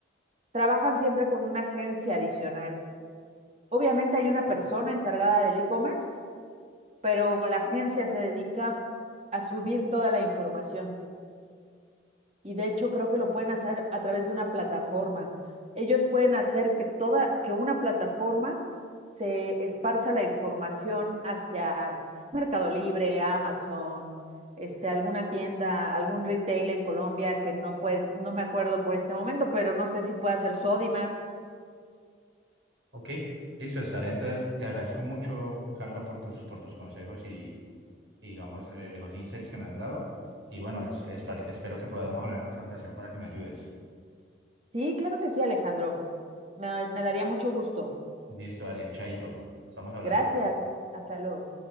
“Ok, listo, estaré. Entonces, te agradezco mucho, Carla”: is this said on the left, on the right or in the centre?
Right